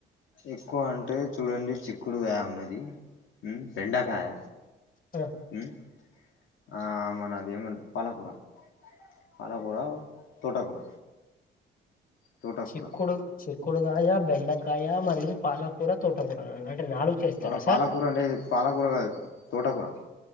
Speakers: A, on the left; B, on the left.
A: ఎక్కువ అంటే చూడండి చిక్కుడుకాయ ఉన్నది ఉమ్ బెండకాయ
B: అ
A: హ్మ్ ఆ ఆమనా అది ఏమంట పాలకూర పాలకూర తోటకూర తోటకూర
B: చిక్కుడు చిక్కుడుకాయ బెండకాయ మరియు పాలకూర తోటకూర అంటే నాలుగు చేస్తారా
A: ఆ
B: సార్
A: పాలకూర లేదు పాలకూర కాదు తోటకూర